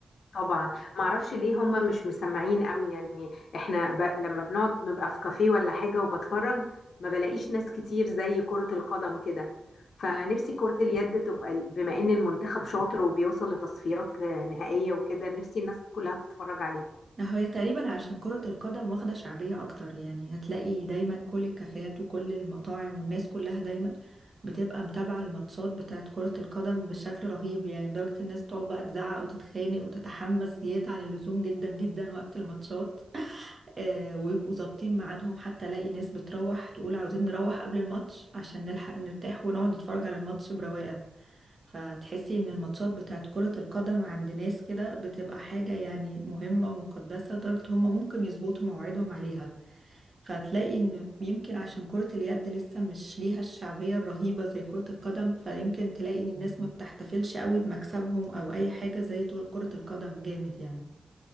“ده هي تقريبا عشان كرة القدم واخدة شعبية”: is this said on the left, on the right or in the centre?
Right